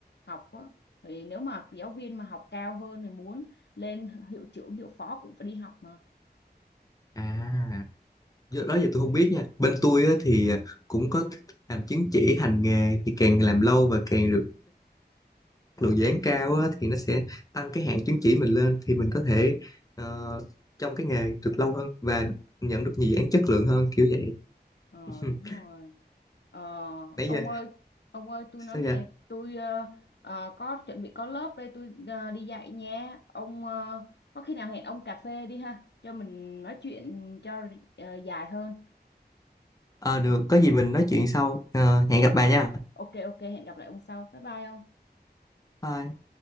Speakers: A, on the left; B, on the left.
A: học á thì nếu mà giáo viên mà học cao hơn thì muốn lên hiệu trưởng hiệu phó cũng phải đi học mà
B: à do đó giờ tôi không biết nha bên tôi
A: ừ.
B: á, thì cũng có làm chứng chỉ hành nghề thì càng làm lâu và càng được lượng dự án cao á, thì nó sẽ tăng cái hạn chứng chỉ mình lên thì mình có thể ờ, trong cái nghề được lâu hơn và nhận được nhiều dự án chất lượng hơn kiểu vậy
A: ờ,
B: <laughs>
A: đúng rồi ờ,
B: nãy
A: ông
B: giờ
A: ơi ông ơi tôi
B: sao
A: nói nè
B: vậy
A: tôi ờ, ờ, có chuẩn bị có lớp đây tôi ờ, đi dạy nha ông ờ, có khi nào hẹn ông cà phê đi ha cho mình nói chuyện cho ờ, dài hơn
B: Ờ, được có gì mình nói chuyện sau Ờ, hẹn gặp
A: ờ,
B: bà nha
A: ok ok hẹn gặp lại ông sau bye bye ông
B: Bye.